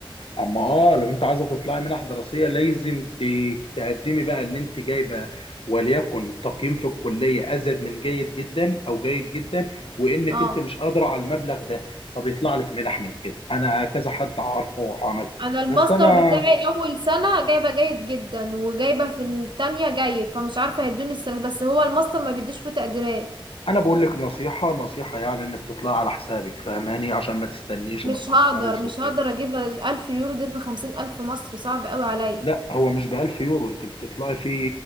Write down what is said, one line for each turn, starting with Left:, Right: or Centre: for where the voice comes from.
Left: اما اه لو انت عايزه تطلعي منح دراسيه لازم ت- تقدمي بقى اللي انت جايبه وليكن تقييم في الكليه ازيد من جيد جدا او جيد جدا وانك
Right: اه
Left: انت مش قادره على المبلغ ده فبيطلع لك منح من كده انا كذا حد عارفه وعمل
Right: انا الماستر
Left: بس انا
Right: بتاعي اول سنه جايبه جيد جدا وجايبه في التانية جيد فمش عارفه هيدوني السنه بس هو الماستر ما بيديش فيه تقديرات
Left: انا بقول لك نصيحه نصيحه يعني انك تطلعي على حسابك فاهماني عشان ما تستنيش
Right: مش
Left: وما تتاخرش
Right: هقدر مش
Left: وكده
Right: هقدر اجيب الالف يورو دول بخمسين الف مصري صعب قوي عليا
Left: لا هو مش ب 1000 يورو انت بتطلعي في